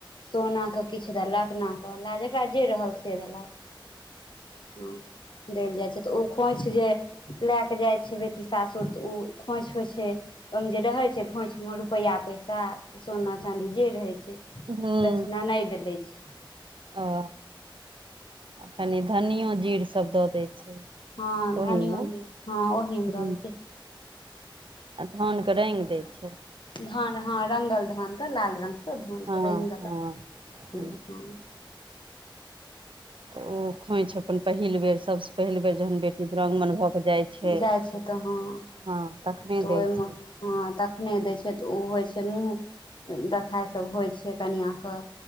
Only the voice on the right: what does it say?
ह ह
ओ कनि धनियो जीर सब दऽ दै छै
ओहिमे
हुं,
आ धानके रङ्गि दै छै
हँ
हँ
हुं।
तऽ ओ खोइछ अपन पहिल बेर सभ स पहिल बेर जखन बेटी दुर्रङ्गमनबऽ कऽ जाइ छैय।
हँ तखने
दै
छैय।